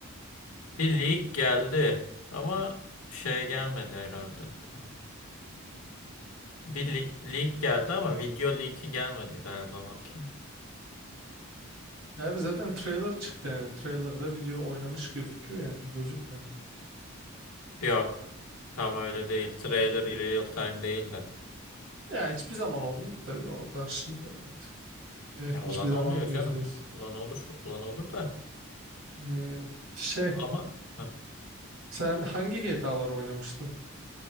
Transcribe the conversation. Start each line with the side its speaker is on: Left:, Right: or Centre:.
Left: Bir leak geldi ama şey gelmedi herhalde. Tamam. Bir le- leak geldi ama video leak'i gelmedi galiba bakayım.
Right: Abi zaten trailer çıktı yani. Trailer'da video oynanış gözüküyor yani. Gözükmüyor.
Left: Yok. Tam öyle değil. Trailer real time değil de.
Right: Ya hiçbir zaman olmuyor ki tabii o tarz şeyler evet. E,
Left: Ya
Right: hiçbir
Left: olan
Right: zaman
Left: oluyor
Right: yüzde
Left: canım.
Right: yüz.
Left: Olan olur. Olan olur da.
Right: Hmm, şey
Left: Ama heh,
Right: Sen hangi GTA'lar oynamıştın?